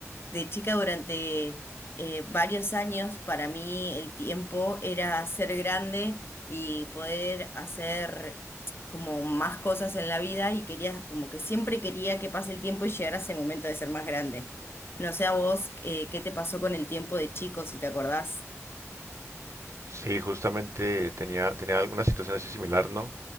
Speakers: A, on the left (about 45°); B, on the right (about 60°).
A: de chica durante eh, varios años, para mí el tiempo era ser grande y poder hacer como más cosas en la vida y quería, como que siempre quería que pase el tiempo y llegara ese momento de ser más grande. No sé a vos, eh, ¿qué te pasó con el tiempo de chico, si te acordás?
B: Sí, justamente tenía, tenía alguna situación así similar, ¿no?